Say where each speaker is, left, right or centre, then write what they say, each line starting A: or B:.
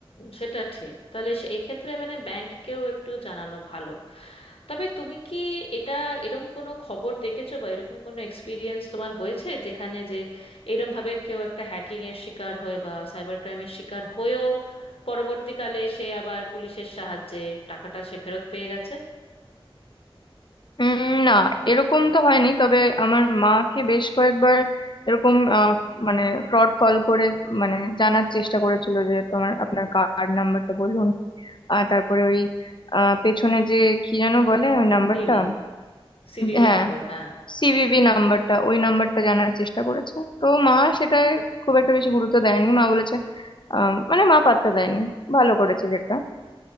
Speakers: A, on the left; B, on the left.
A: সেটা ঠিক তাহলে সে- এই ক্ষেত্রে মানে ব্যাংককেও একটু জানানো ভালো তবে তুমি কি এটা এরম কোনো খবর দেখেছো বা এরকম কোনো এক্সপিরিয়েন্স তোমার হয়েছে যেখানে যে এরম ভাবে কেউ একটা হ্যাকিং এর শিকার হয়ে বা সাইবার ক্রাইমের শিকার হয়েও পরবর্তীকালে সে আবার পুলিশের সাহায্যে টাকাটা সে ফেরত পেয়ে গেছে
B: উম না এরকম তো হয়নি তবে আমার মাকে বেশ কয়েকবার এরকম আহ, মানে ফ্রড কল করে মানে জানার চেষ্টা করেছিল যে তোমার আপনার কার্ড নাম্বারটা বলুন আর তারপরে ওই আহ, পেছনে যে কি যেন বলে ওই নাম্বারটা
A: সিবি সিভিভি
B: হ্যাঁ
A: নাম্বার হ্যাঁ
B: সিভিভি নাম্বারটা ওই নাম্বারটা জানার চেষ্টা করেছে তো মা সেটা খুব একটা বেশি গুরুত্ব দেয়নি মা বলেছে আম, মানে মা পাত্তা দেয়নি ভালো করেছে যেটা